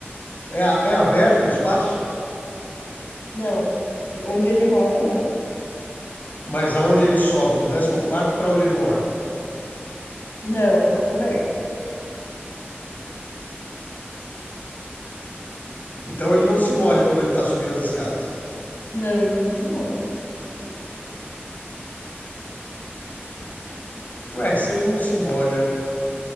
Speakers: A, on the left; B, on the left.
A: É, é aberto o espaço,
B: Não, onde ele mora, não.
A: mas aonde ele sobe, do décimo quarto para onde ele mora?
B: Não, é coberto.
A: Então ele não se molha quando ele está subindo as escadas.
B: Não, ele não se molha.
A: Ué, se ele não se molha,